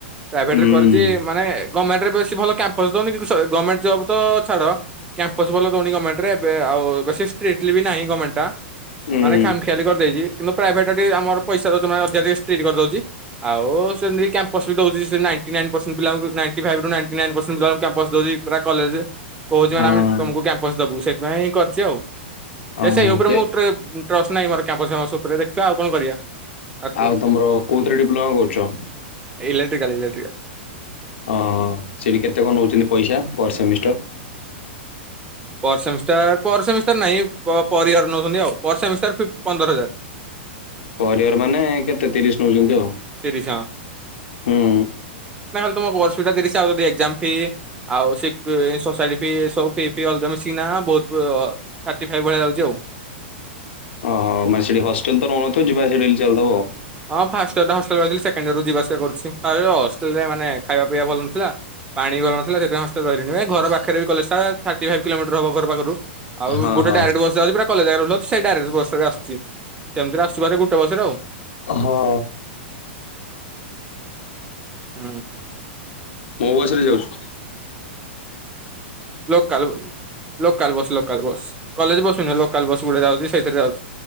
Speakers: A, on the right (about 15°); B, on the left (about 75°).
A: ପ୍ରାଇଭେଟ୍
B: ହୁଁ।
A: ରେ କରିଚି ମାନେ ଗମେଣ୍ଟରେ ବେଶି ଭଲ କ୍ୟାମ୍ପସ ଦଉନି କି ଗମେଣ୍ଟ ଜବ୍ ତ ଛାଡ଼ କ୍ୟାମ୍ପସ ଭଲ ଦଉନି ଗମେଣ୍ଟରେ ଏବେ ଆଉ ବେଶି ଷ୍ଟ୍ରିଟ୍ଲି ବି ନାହିଁ ଗମେଣ୍ଟଟା।
B: ହୁଁ।
A: ମାନେ ଖାମଖିଆଲି କରିଦେଇଛି କିନ୍ତୁ ପ୍ରାଇଭେଟ ଟା ଟିକେ ଆମର ପଇସା ଦେଉଛି ମାନେ ଅଧିକ ଷ୍ଟ୍ରିଟ୍ କରିଦଉଚି, ଆଉ ସେମିତି କ୍ୟାପସ୍ ବି ଦେଉଛି ନାଇ ନାଇଁଟି ନାଇନ ପରସେଣ୍ଟ ପିଲା ନାଇଟି ଫାଇଭରୁ ନାଇଁଟି ନାଇନ ପରସେଣ୍ଟ କ୍ୟାମ୍ପସ ଦଉଚି ପୁରା କଲେଜ । କହୁଛି ମାନେ
B: ହଁ
A: ଆମେ ତମକୁ କ୍ୟାମ୍ପସ ଦବୁ ସେଥିପାଇଁ କରିଛି ଆଉ।
B: ଓହୋ
A: ଯେ ସେଇ ଉପରେ
B: କେ
A: ମୁଁ <unintelligible> ଟ୍ରଷ୍ଟ ନାହିଁ ମୋର କ୍ୟାମ୍ପସ ଫ୍ୟାମ୍ପସ ଉପରେ, ଦେଖିବା ଆଉ କଣ କରିବା ଆକୁ
B: ଆଉ ତମର କୋଉଥିରେ ଡିପ୍ଲୋମା କରୁଛ?
A: Electrical electrical.
B: ଓ ହୋ ସେଠି କେତେ କଣ ନଉଛନ୍ତି ପଇସା? Per semester.
A: Per semester per semester ନାଇଁ ପର ଇୟର୍ ନଉଛନ୍ତି ଆଉ, ପର ସେମିଷ୍ଟାର ପନ୍ଦର ହଜାର
B: ପର ଇୟର୍ ମାନେ କେତେ ତିରିଶ ନଉଛନ୍ତି ଆଉ
A: ତିରିଶ ହଁ
B: ହୁଁ?
A: ତୁମକୁ ବର୍ଷକୁ ତିରିଶି ଆଉ ଯଦି ଏକଜାମ୍ ଫି ଆଉ ସୋସାଇଟୀ ଫି ଏ ସବୁ ଫି <unintelligible> ବହୁତ ଥାର୍ଟିଫାଇଭ ଭଳିଆ ଯାଉଛି ଆଉ
B: ଓହୋ ମାନେ ସେଠି ହଷ୍ଟେଲ ତ ନଉନଥିବା ଯିବା ଆସିବା ଡେଲି ଚାଲୁଥିବ ଆଉ।
A: ହଁ ଫାଷ୍ଟ ଇୟର ରେ ହଷ୍ଟେଲରେ ଥିଲେ ସେକେଣ୍ଡ ଇୟରରୁ ଯିବା ଆସିବା କରୁଛି ଫାଷ୍ଟୟର୍ ହଷ୍ଟେଲ ରେ ମାନେ ଖାଇବା ପିଇବା ଭଲ ନଥିଲା। ପାଣି ଭଲ ନ ଥିଲା ସେଥିପାଇଁ ହଷ୍ଟେଲ ରହିଲିନି ଏ ଘର ପାଖରେ ବି କଲେଜଟା ଥାର୍ଟି ଫାଇଭ୍ କିଲୋମିଟର ହବ ଘର ପାଖରୁ। ଆଉ
B: ହଁ
A: ଗୋଟେ
B: ହଁ।
A: ଡାଇରେଟ ବସ ଯାଉଛି ପୁରା କଲେଜ ଆଗରେ ଓଲ୍ହଉଛି । ସେଇ ଡାଇରେକ୍ଟ ବସ ରେ ଆସୁଛି ସେମିତିରେ ଆସୁ ହାରି ଗୋଟେ ବସରେ ଆଉ।
B: ହଁ।
A: ହୁଁ।
B: ମୋ ବସ ରେ ଯାଉଛୁ।
A: Local local bus local bus college bus ନୁହେଁ ଲୋକାଲ ବସ୍ ଗୁଟେ ଯାଉଛି। ସେଥିରେ ଯାଉଛୁ